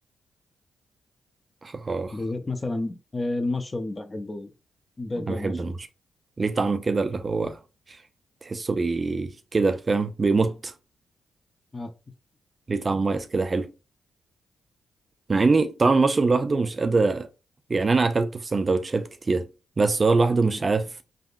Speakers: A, on the right (about 40°); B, on the left (about 30°).
A: آه
B: بالذات مثلا آه، المشروم بحبه برجر
A: انا بحب
B: المشروم
A: المشروم ليه طعم كده اللي هو تحسه بي كده فاهم بيمط
B: اه
A: ليه طعم مميز كده حلو مع اني طعم المشروم لوحده مش قادر يعني انا اكلته في سندوتشات كتير بس هو لوحده
B: تمام
A: مش عارف